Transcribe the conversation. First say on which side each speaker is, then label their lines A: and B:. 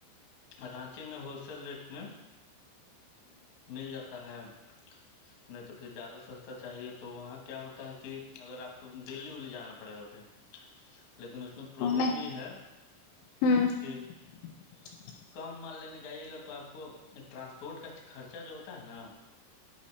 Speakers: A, on the left; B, on the left.
A: رانچی میں ہول سیل ریٹ میں مل جاتا ہے نہیں تو پھر زیادہ سستا چاہیے تو وہاں کیا ہوتا ہے کی اگر آپ کو دلی ولی جانا پڑے گا ہے لیکن اس میں پرابلم
B: نہیں
A: یے ہے
B: ہوں
A: کہ
B: <inaudible>
A: کم مال لینے جائیے گا تو آپ کو ٹرانسپورٹ کا خرچہ جو ہوتا ہے نا